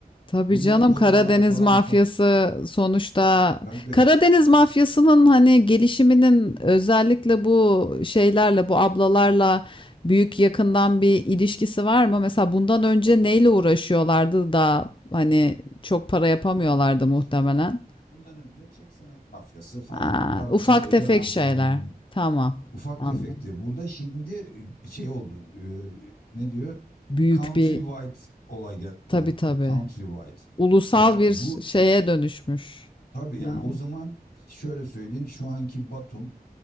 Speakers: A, on the left; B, on the left.
A: Tabii
B: Bunları
A: canım
B: korumalar
A: Karadeniz
B: falan
A: mafyası
B: ka-
A: sonuçta
B: tabii.
A: Karadeniz mafyasının hani gelişiminin özellikle bu şeylerle bu ablalarla büyük yakından bir ilişkisi var mı? Mesela bundan önce neyle uğraşıyorlardı da hani çok para yapamıyorlardı
B: Bundan önce de
A: muhtemelen.
B: şeydi. Bundan önce çek senet mafyası falan
A: Ha,
B: parasını
A: ufak
B: öde
A: tefek
B: lan
A: şeyler.
B: falan bilmem.
A: Tamam.
B: Ufak
A: Anladım.
B: tefekti. Burada şimdi e, şey oldu. e, ne diyor?
A: Büyük
B: Countrywide
A: bir
B: olay gel- oldu.
A: tabii tabii.
B: Countrywide.
A: Ulusal
B: Ya
A: bir
B: bu
A: şeye dönüşmüş.
B: tabii yani
A: Yani.
B: o zaman şöyle söyleyeyim. Şu anki Batum